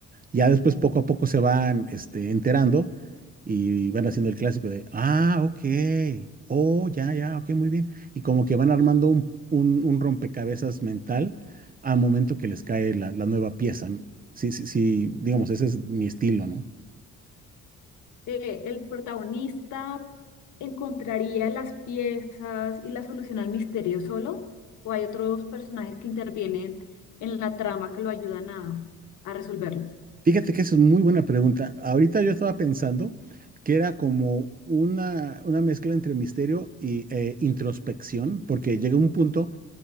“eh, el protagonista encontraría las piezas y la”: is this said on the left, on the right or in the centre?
Left